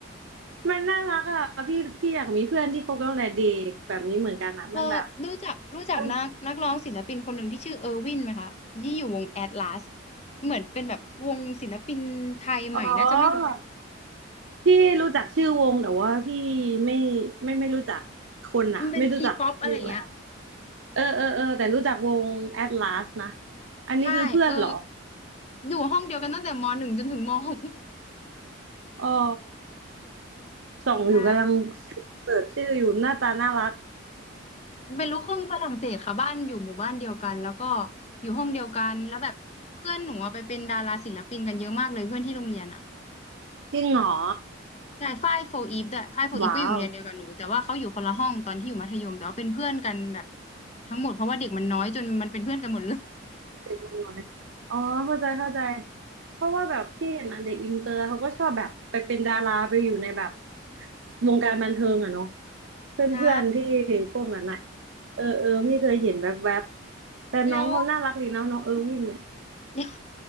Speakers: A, on the right; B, on the left.
A: มันน่ารักอ่ะพี่พี่อยากมีเพื่อนที่คบกันตั้งแต่เด็กแบบนี้เหมือนกันอ่ะมันแบบ
B: เออรู้จักรู้จักนักนักร้องศิลปินคนหนึ่งที่ชื่อเออร์วินไหมคะยี่อยู่วงแอตลาส
A: มัน
B: เหมือนเป็นแบบวงศิลปินไทยใหม่น่าจะไม่รู้จัก
A: อ๋อ พี่รู้จักชื่อวงแต่ว่าพี่ไม่ไม่ไม่รู้จักคนอะไม่รู้จักเรียกอะไร
B: มันเป็นทีป๊อปอะไรเงี้ย
A: เออเออเออแต่รู้จักวง Atlas นะอันนี้คือเพื่อนเหรอ
B: ใช่เอออยู่ห้องเดียวกันตั้งแต่มหนึ่งจนถึงมหก
A: อ๋อส่องอยู่กำลังเสิร์ชชื่ออยู่หน้าตาน่ารัก
B: ใช่เป็นลูกครึ่งฝรั่งเศสค่ะบ้านอยู่หมู่บ้านเดียวกันแล้วก็อยู่ห้องเดียวกันแล้วแบบเพื่อนหนูอะไปเป็นดาราศิลปินกันเยอะมากเลยเพื่อนที่โรงเรียนอะ
A: จริงเหรอ
B: ใช่ฝ้ายโฟอีฟด้วยฝ้ายโฟอีฟก็อยู่โรงเรียนเดียวกับหนูแต่ว่าเขาอยู่คนละห้องตอนที่อยู่มัธยมแต่ว่าเป็นเพื่อนกันแบบ
A: ว้าว
B: ทั้งหมดเพราะว่าเด็กมันน้อยจนมันเป็นเพื่อนกันหมดเลย
A: เด็กมันน้อยอ๋อเข้าใจเข้าใจเพราะว่าแบบพี่เห็นอ่ะเด็กอินเตอร์เขาก็ชอบแบบไปเป็นดาราไปอยู่ในแบบวงการบันเทิงอ่ะเนาะเพื่อนๆที่
B: ใช่
A: พวกนั้นอ่ะเออเออพี่เคยเห็นแวบๆบแต่น้องเขาน่ารักดีเนาะน้องเออร์วินเนี่ย
B: แล้ว <laughs> เดี๋ยว